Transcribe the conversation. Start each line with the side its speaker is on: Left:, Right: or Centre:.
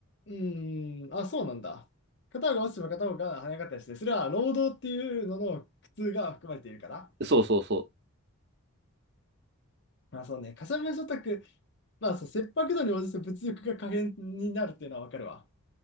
Left: うーん、あ、そうなんだ。片方が落ちても片方が跳ね上がったりして、それは労働っていうのの苦痛が含まれているから。
Right: そうそうそう。
Left: まあそうね、かさ増しオタク、まあそう、切迫度に応じて物欲が可変になるっていうのはわかるわ。